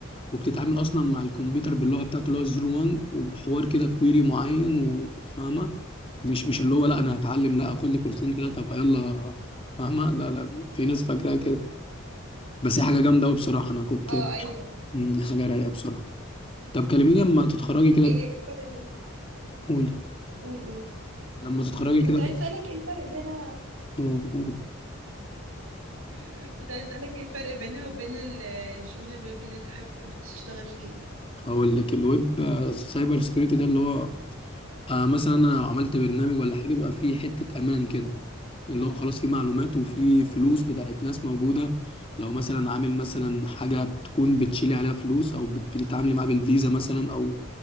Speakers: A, on the left; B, on the right.
A: وبتتعامل اصلا مع الكمبيوتر باللغه بتاعته اللي هو 01 وبحوار كده كويري معين وفاهمه مش مش اللي هو لا انا هتعلم لا اخد لي كورسين ثلاثه ابقى يلا فاهمه لا لا في ناس فاكراها كده بس هي حاجه جامده قوي بصراحه انا كنت
B: اه ايوه
A: مم، حاجه رايقه بصراحه طب كلميني لما تتخرجي كده
B: ايه ايه الفرق بين
A: قولي
B: قول قول
A: لما تتخرجي
B: كنت
A: كده
B: عايز اسالك ايه الفرق بينها
A: قولي. قولي.
B: <laughs> كنت عايز اسالك ايه الفرق بينها وبين ال- شغل الويب اللي انت حابب تشتغل فيه
A: هقول لك الويب سايبر سكيورتي ده اللي هو آه مثلا انا عملت برنامج ولا حاجه بيبقى فيه حته امان كده اللي هو خلاص في معلومات وفي فلوس بتاعت ناس موجودة لو مثلا عامل مثلا حاجة تكون بتشيلي عليها فلوس أو بت- بتتعاملي معاه بالفيزا مثلا أو